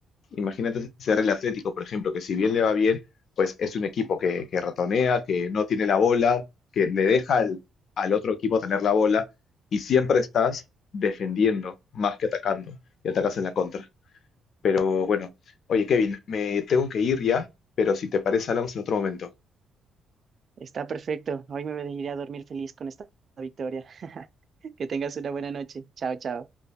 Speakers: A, on the left; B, on the right.
A: Imagínate ser el Atlético, por ejemplo, que si bien le va bien, pues es un equipo que, que ratonea, que no tiene la bola, que le deja al, al otro equipo tener la bola y siempre estás defendiendo más que atacando y atacas en la contra. Pero bueno, oye Kevin, me tengo que ir ya, pero si te parece hablamos en otro momento.
B: Está perfecto. Hoy me iré a dormir feliz con esta victoria. <laughs> Que tengas una buena noche. Chao, chao.